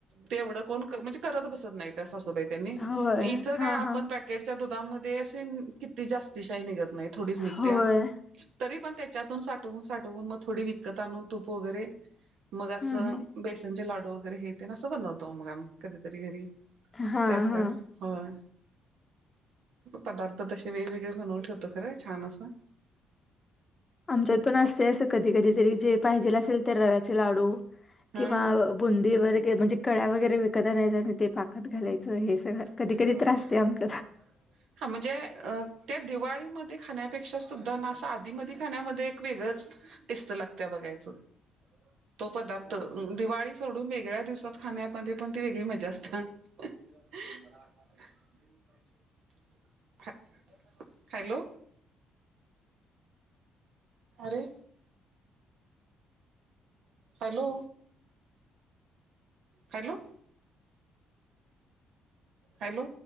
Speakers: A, on the right; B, on the left.
A: ते एवढं कोण कर म्हणजे करत बसत नाहीत. त्यां सासूबाई त्यांनी,
B: हा होय
A: इथ काय
B: हा
A: आपण
B: हा
A: पॅ केटच्या दुधामध्ये, अशी किती जास्त शाही निघत नाही थोडीच निघत्या.
B: होय.
A: तरी पण त्याच्यातून साठवून, साठवून मग थोडी विकत आणून तूप वगैरे मग असं
B: हम्म हम्म
A: बेसनचे लाडू वगैरे, हेे तेन असं बनवतो मग आम्ही कधीतरी घरी.
B: हा
A: त्यास त्यास
B: हा
A: होय! पदार्थ तसे वेगवेगळे बनवून ठेवतो, खरं छान असं.
B: आमच्यात पण असते अस कधी कधी तरी, जे पाहिजेल असेल त रव्याचे लाडू किंवा
A: हा
B: बुंदी वगैेरे काही म्हणजे कळ्या वगैरे विकत आणायच्या, आणि ते पाकात घालायचं हे सगळं. कधी
A: तेच
B: कधी
A: माला विचारायच
B: त्रास
A: <unintelligible>
B: ते
A: काय
B: आमच्या
A: झालय. हा म्हणजे ते दिवाळीमध्ये खाण्यापेक्षा, सुद्धा ना असं आधीमदी खाण्यामध्ये एक वेगळंच टेस्ट लागत्या बघायचं. तो पदार्थ दिवाळी सोडून वेगळ्या दिवसात खाण्यामध्ये पण ती वेगळी मजा असतात. <inaudible> ह हॅलो. अरे! हॅलो. हॅलो. हॅलो.